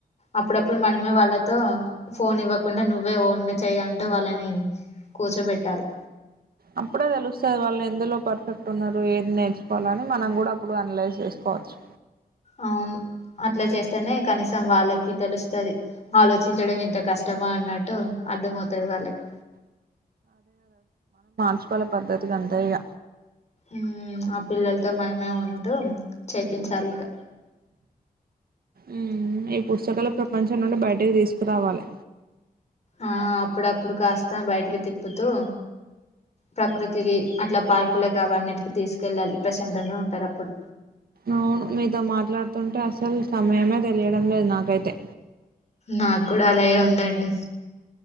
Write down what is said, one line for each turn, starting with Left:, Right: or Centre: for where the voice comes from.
Left: అప్పుడప్పుడు మనమే వాళ్ళతో ఫోన్ ఇవ్వకుండా నువ్వే ఓన్గా చేయుంటు వాళ్ళని కూర్చోబెట్టాలి.
Right: అప్పుడే తెలుస్తుంది వాళ్ళు ఎందులో పర్ఫెక్ట్ ఉన్నారు ఏది నేర్చుకోవాలి అని మనం కూడా అప్పుడు అనలైజ్ చేసుకోవచ్చు.
Left: అవును అట్లా చేస్తేనే కనీసం వాళ్ళకి తెలుస్తది ఆలోచించడం ఇంట కష్టమా అన్నట్టు అర్థంమవుతది వాళ్ళకి
Right: వాళ్ళ పద్ధతి గంతే ఇగ
Left: ఉ ఆ పిల్లలతో మనమే ఉంటూ చేపించాలి ఇక
Right: ఉ ఈ పుస్తకాల ప్రపంచం నుండి బయటికి తీసుకురావాలి.
Left: ఆ అప్పుడప్పుడు కాస్త బయటికి తిప్పుతూ ప్రకృతికి అట్లా పార్కులు కా అవన్నిటికి తీసుకెళ్ళాలి ప్రశాంతంగా ఉంటారు అప్పుడు
Right: అవును మీతో మాట్లాడుతుంటే అసలు సమయమే తెలియడం లేదు నాకై తే
Left: నాకు కూడా అలాగే ఉందండి